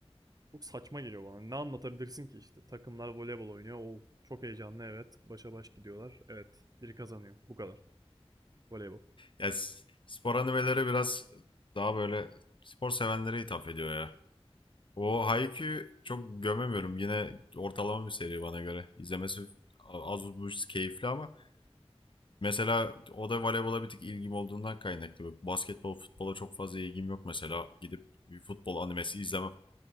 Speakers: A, on the right; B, on the left.
A: Çok saçma geliyor bana. Ne anlatabilirsin ki işte? Takımlar voleybol oynuyor. Oo, çok heyecanlı evet. Başa baş gidiyorlar. Evet. Biri kazanıyor. Bu kadar. Voleybol.
B: ya, s- spor animeleri biraz daha böyle spor sevenlere hitap ediyor ya. O Haikyuu çok gömemiyorum. Yine ortalama bir seri bana göre. İzlemesi az buz keyifli ama Mesela o da voleybola bir tık ilgim olduğundan kaynaklı. Bak, Basketbol, futbola çok fazla ilgim yok mesela. Gidip bir futbol animesi izlemem.